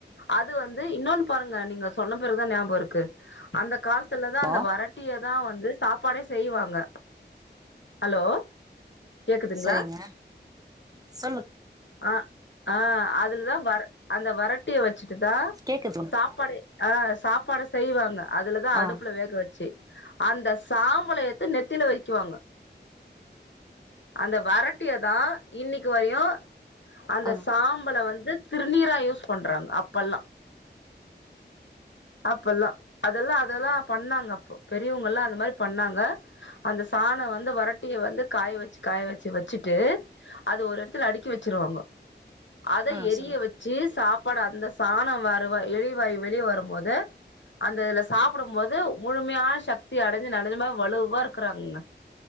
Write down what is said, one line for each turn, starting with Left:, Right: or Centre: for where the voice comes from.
Left: அது வந்து இன்னொன்னு பாருங்க நீங்க சொன்ன பேருதான் ஞாபகம் இருக்கு அந்த காலத் த்துலதான்
Right: ஹலோ
Left: அந்த வரட்டியதான் வந்து சாப்பாடே செய்வாங்க ஹலோ கேக்குதுங்களா
Right: சரிங்க சொல்லு
Left: ஆ ஆ அதுல்தான் வர் அந்த வரட்டிய வச் வச்சுட்டு தான்
Right: கேக்குது சொல்லுங்க.
Left: சாப்பாடே ஆ சாப்பாட செய்வாங்க அதுலதான்
Right: ஆ
Left: அடுப்புல வேக வச்சு அந்தஸ் சாம்பளை எத்து நெத்தில வைக்குவாங்க அந்த வீட்டின் தான் இன்னைக்கு வரையும் அந்த
Right: ஆ
Left: சாம்பலை வந்து திருநீரா யூஸ் பண்றாங்க அப்பலாம் அப்பலாம் அதெல்லாம் அதெல்லாம் பண்ணாங்க அப்போ பெரியவங்க எல்லாம் அந்த மாதிரி பண்ணாங்க அந்தஸ் சாணம் வந்து வறட்டிய வந்து காய வச்சு காய வச்சு வச்சுட்டு அது ஒரு இடத்துல அடுக்கி வச்சுருவாங்கோ அதை
Right: ஆ
Left: எரிய
Right: சொல்லுங்க
Left: வச்சு சாப்பாடு அந்த சாணம் வறுவை எலிவாய் வெளி வரும் போது த அந்த இதுல சாப்புடும் போது முழுமையான சக்தி அடஞ்சி <unintelligible> நெஜமாவே வலுவா இருக்குறாங்கங்க